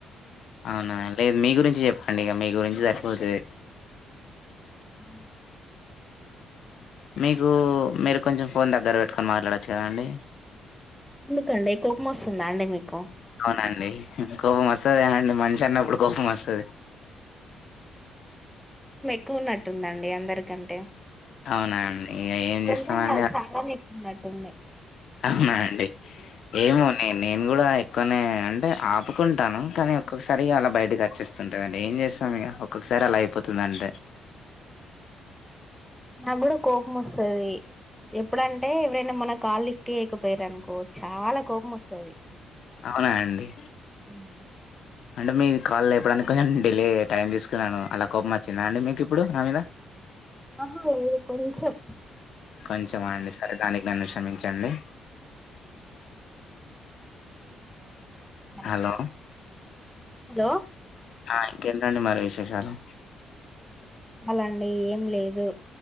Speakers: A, on the left; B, in the centre.
A: అవునా అండి. మీ గురించి చెప్పండి. ఇగ మీ గురించి సరిపోతది.
B: ఆ
A: మీకూ. మీరు కొంచెం ఫోన్ దగ్గర పెట్టుకొని మాట్లాడచ్చుకదాండి.
B: ఎందుకండి. కోపం వస్తుందా అండి మీకు.
A: అవునండి. కోపం వస్తది కదా అండి మనిషి అన్నప్పుడు కోపం వస్తది.
B: క్కువ ఉన్నట్టుందండి అందరికంటే.
A: అవునా అండి. ఇగ ఏం
B: కొంచెం
A: చేస్తామండి
B: కాదు
A: ఆ
B: చాలానే ఎక్కువ ఉన్నట్టుంది
A: అవునా అండి. ఏమో న నేను కూడా కొన్ని అంటే ఆపుకుంటాను. కానీ ఒక్కొక్కసారి అలా బయటకి వచ్చేస్తుంటాంది. ఏం చేస్తాం ఇగ ఒక్కొక్కసారి అలా అయిపోతుంది అంతే.
B: నా కూడా కో పం వస్తది. ఎప్పుడంటే ఎవరైనా మన కాల్ లీ తేకపోయీరు అనుకో చాలా కోపం వస్తది.
A: అవునా అండి
B: అవునా
A: అంటే మీ కాల్ లేపడానికి కొంచెం డిలే టైం తీసుకున్నాను. అలా కోపం వచ్చిందా అండి మీకు ఇప్పుడు నా మీద.
B: ఆహా లేదు. కొంచెం
A: కొంచెం ఆ అండి. సరే దానికి నన్ను క్షమించండి.
B: సరే
A: హలో
B: హలో
A: ఆ ఇంకేం కాండి మరి విశేషాలు.
B: అలా అండి ఏం లేదు